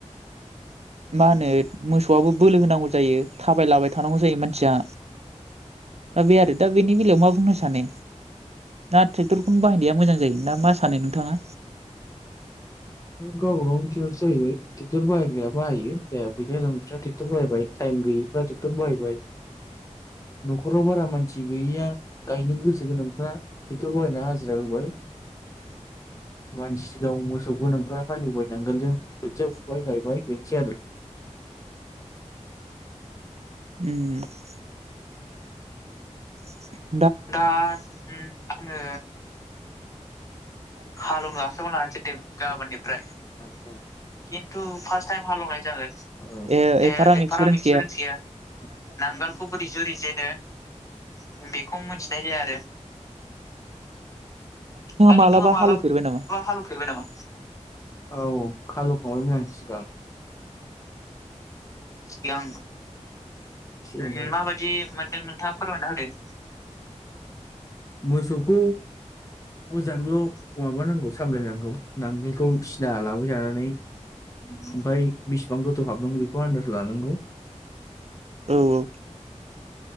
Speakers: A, on the right; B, on the left.
A: मा होनो मोसौआबो बोलो होनांगौ जायो थाबायलाबाय थानांगौ जायो मानसिया दा बे आरो दा बेनि बेलायाव मा बुंनो सानो दा ट्रेक्टरखौनो बाहायनाया मोजां जायो ना मा सानो नोंथाङा?
B: बे गावबा गावनि सायावसो जाहैबाय। ट्रेक्टर बाहायग्राया बाहायो जायहा फैसा गोनांफ्रा ट्रेक्टर बाहायबाय टाइम गैयैफ्रा ट्रेक्टर बाहायबाय। नखराव बारा मानसि गैयैया गायनो गोसो गोनांफ्रा ट्रेक्टर बाहायना हाजिरा होबाय मानसि दं मोसौ गोनांफ्रा हालेवबाय नांगोल जों खोथिया फुबाय गायबाय बेनोसै आरो
A: उम । <inaudible>
B: दा ओम आङो हालौनो आखाइआव थांनोसै दे गाबोननिफ्राय आतसा खिन्थु फार्स्ट टाइम हालेवनाय जागोन। औ,
A: एफाराम
B: ए एफाराम
A: एक्सपिरियेन्स
B: एक्सपिरियेनस गैया। नांगालखौ बोरै जुरि जेनो बेखौ मिथिनाय जाया आरो दा
A: मालाबा
B: नों नोंथाङा माला
A: हालौफेरबाय नामा
B: बा हालेवफेरबाय नामा? हालौ खांबायमोन आं सिगां। सिगां ए माबायदि मोनदों नोंथाङा फोरमायना होदो। मोसौ <unintelligible> मोजांल माबानांगौ सामलायनांगौ नांगोलखौ सिदा लाबाय थानानै ओमफ्राय बेसिबां गोथौ हाबदों बेखौ आन्दाज लानांगौ
A: औ औ